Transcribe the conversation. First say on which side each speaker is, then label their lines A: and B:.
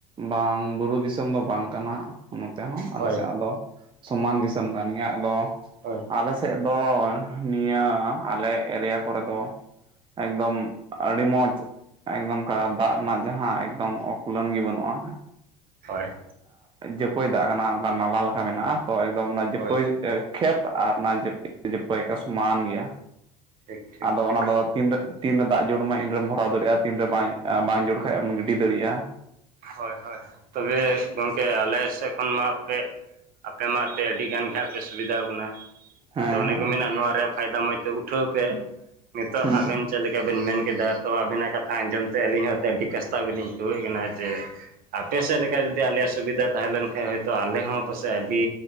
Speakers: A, on the right; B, on the right.
A: ᱵᱟᱝ ᱵᱩᱨᱩ ᱫᱤᱥᱚᱢ ᱫᱚ ᱵᱟᱝ ᱠᱟᱱᱟ, ᱱᱚᱛᱮ ᱦᱚᱸ ᱟᱞᱮ
B: ᱦᱳᱭ
A: ᱥᱮᱫ ᱫᱚ ᱾ ᱥᱚᱢᱟᱱ ᱫᱤᱥᱚᱢ ᱠᱟᱱ ᱜᱮᱭᱟ, ᱟᱫᱚ
B: ᱦᱳᱭ,
A: ᱟᱞᱮ ᱥᱮᱫ ᱫᱚ ᱱᱤᱭᱟᱹ ᱟᱞᱮ ᱮᱨᱤᱭᱟ ᱠᱚᱨᱮ ᱫᱚ, ᱮᱠᱫᱚᱢ ᱟᱹᱰᱤ ᱢᱚᱡᱽ, ᱮᱠᱫᱚᱢᱠᱟ ᱫᱟᱜ ᱨᱮᱱᱟᱜ ᱡᱟᱦᱟᱸ ᱮᱠᱫᱚᱢ ᱚᱠᱩᱞᱟᱹᱱ ᱜᱮ ᱵᱟᱹᱱᱩᱜᱼᱟ ᱾
B: ᱦᱳᱭ,
A: ᱡᱟᱹᱯᱟᱹᱭ ᱫᱟᱜ ᱠᱟᱱᱟ, ᱚᱱᱠᱟ ᱱᱟᱞᱟ ᱞᱮᱠᱟ ᱢᱮᱱᱟᱜᱼᱟ, ᱛᱚ ᱮᱠᱫᱚᱢ ᱚᱱᱟ ᱡᱟᱹᱯᱟᱹᱭ
B: ᱦᱳᱭ
A: ᱠᱷᱮᱛ ᱟᱨ ᱚᱱᱟ ᱡᱟᱹᱯᱤ ᱡᱟᱹᱯᱟᱹᱭ ᱠᱚ ᱥᱚᱢᱟᱱ ᱜᱮᱭᱟ᱾
B: ᱴᱷᱤᱠ ᱴᱷᱤᱠ
A: ᱟᱫᱚ
B: ᱴᱷᱤᱠ
A: ᱚᱱᱟ ᱫᱚ ᱛᱤᱱᱟᱜ ᱛᱤᱱᱨᱮ ᱫᱟᱜ ᱡᱩᱲᱢᱟᱭ ᱤᱱᱨᱮᱢ ᱵᱷᱚᱨᱟᱣ ᱫᱟᱲᱮᱭᱟᱜᱼᱟ᱾ ᱛᱤᱱᱨᱮ ᱵᱟᱝ ᱵᱟᱝ ᱡᱩᱲᱼᱟ ᱠᱷᱟᱡ ᱮᱢ ᱜᱤᱰᱤ ᱫᱟᱲᱮᱭᱟᱜᱼᱟ᱾
B: ᱦᱳᱭ ᱦᱳᱭ, ᱛᱚᱵᱮ ᱜᱚᱢᱠᱮ ᱟᱞᱮ ᱥᱮᱫ ᱠᱷᱚᱱ ᱢᱟ ᱟᱯᱮ ᱟᱯᱮ ᱢᱟ ᱟᱯᱮ ᱟᱹᱰᱤ ᱜᱟᱱ ᱜᱮ ᱦᱟᱸᱜ ᱯᱮ ᱥᱩᱵᱤᱫᱷᱟᱣ ᱠᱟᱱᱟ᱾
A: ᱦᱮᱸ
B: ᱟᱫᱚ ᱚᱱᱮ
A: ᱦᱮᱸ
B: ᱠᱚ ᱢᱮᱱᱟ ᱱᱚᱣᱟ ᱨᱮᱭᱟᱜ ᱯᱷᱟᱭᱫᱟ ᱢᱚᱡᱽ ᱛᱮ ᱩᱴᱷᱟᱹᱣ ᱯᱮ, ᱱᱤᱛᱚᱜ
A: ᱟᱫᱚ
B: ᱟᱵᱮᱱ ᱪᱮᱫ ᱞᱮᱠᱟ ᱵᱮᱱ ᱢᱮᱱ ᱠᱮᱫᱟ ᱛᱚ ᱟᱵᱤᱱᱟᱜ ᱠᱟᱛᱷᱟ ᱟᱸᱡᱚᱢ ᱛᱮ ᱟᱹᱞᱤᱧ ᱦᱚᱸ ᱮᱛᱮ ᱟᱹᱰᱤ ᱠᱟᱥᱛᱟᱣ ᱜᱮᱞᱤᱧ ᱟᱹᱭᱠᱟᱹᱣᱮᱫ ᱠᱟᱱᱟ ᱾ ᱡᱮ ᱟᱯᱮ ᱥᱮᱫ ᱞᱮᱠᱟ ᱡᱩᱫᱤ ᱟᱞᱮᱭᱟᱜ ᱥᱩᱵᱤᱫᱷᱟ ᱛᱟᱦᱮᱸ ᱞᱮᱱᱠᱷᱟᱡ ᱦᱳᱭᱛᱚ, ᱟᱞᱮ ᱦᱚᱸ ᱯᱟᱥᱮᱜ ᱟᱹᱰᱤ